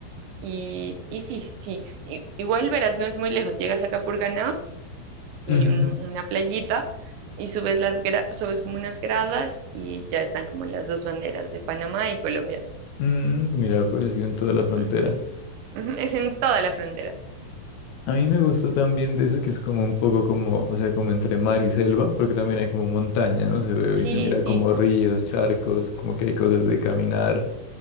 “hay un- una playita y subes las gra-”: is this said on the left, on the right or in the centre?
Right